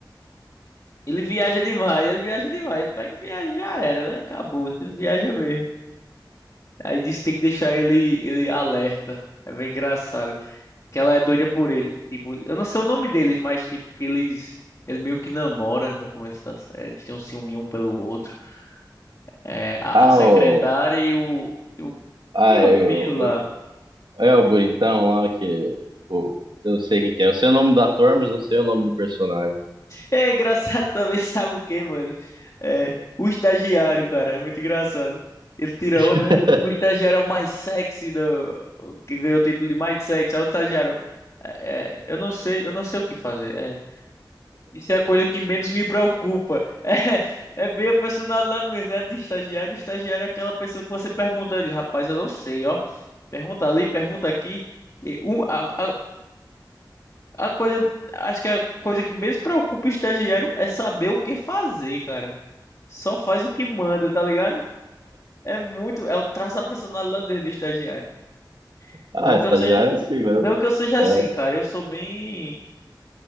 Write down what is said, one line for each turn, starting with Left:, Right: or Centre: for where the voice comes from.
Left: Ele viaja demais, ele viaja demais. Ele pega e viaja, já era, né? Acabou, ele viaja mesmo. Aí disse que tem que deixar ele, ele alerta. É bem engraçado. Que ela é doida por ele. Tipo, eu não sei o nome deles, mas tipo, que eles. Ele meio que namora no começo da série. Eles têm um ciúme um pelo outro. É, a,
Right: Ah,
Left: a secretária
Right: o...
Left: e o, e o.
Right: Ah,
Left: E outro
Right: eu...
Left: bicho lá.
Right: É o bonitão lá que. o- eu não sei quem que é. Eu sei o nome do ator, mas não sei o nome do personagem.
Left: É engraçado também, <laughs> sabe o quê, mano? É, o estagiário, cara, é muito engraçado. Ele tira
Right: <laughs>
Left: onda, né? O estagiário é o mais sexy do. o Que ganhou o título de mais sexy. É o estagiário. É, é, eu não sei, eu não sei o que fazer. É, isso é a coisa que menos me preocupa. <laughs> É, é bem a personalidade mesmo, né? De estagiário. O estagiário é aquela pessoa que você pergunta, ele, rapaz, eu não sei, ó. Pergunta ali, pergunta aqui. E O, a, A coisa, acho que a coisa que menos preocupa o estagiário é saber o que fazer, cara. Só faz o que manda, tá ligado? É muito, é o traço da personalidade dele do estagiário. Não
Right: Ah,
Left: que
Right: estagiário
Left: eu seja,
Right: é assim mesmo.
Left: não que eu seja assim,
Right: É.
Left: cara. Eu sou bem